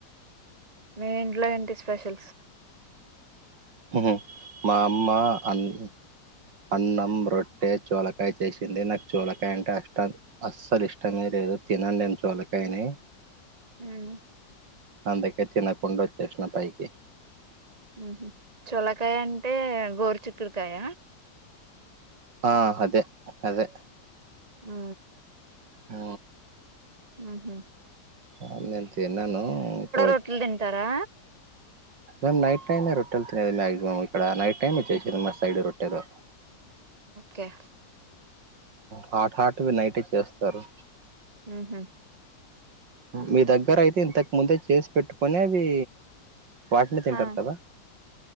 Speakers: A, on the right; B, on the right.
A: మీ ఇంట్లో ఏంటి స్పెషల్స్?
B: ఉహ్ మా అమ్మ అన్ అన్నం, రొట్టె, చోలకాయ చేసింది నాకు చూలకాయ అంటే అష్ట అస్సలు ఇష్టమే లేదు దు తినను నేను చోలకాయని
A: ఉమ్
B: అందుకే తినకుండా వచ్చేసిన పైకి
A: ఉ చోలకాయ అంటే గోరుచుక్కుడుకాయ?
B: ఆ అదే అదే
A: ఆ
B: ఆ
A: ఆహ
B: ఆ నేన్ తిన్నాను, ఇంకా వచ్
A: రొట్టెలు తింటారా
B: మేం నైట్ టైమే రొట్టెలు తినేది మాక్సిమం, ఇక్కడ నైట్ టైమ్ వచ్చేసింది మా సైడురొట్టెలు
A: ఓకే
B: హాట్ హాట్ గా నైటె చేస్తారు.
A: ఉహు
B: మీ దగ్గర అయితే ఇంతకు ముందే చేసి పెట్టుకొనవి వాటిని తింటారు
A: హా
B: కదా?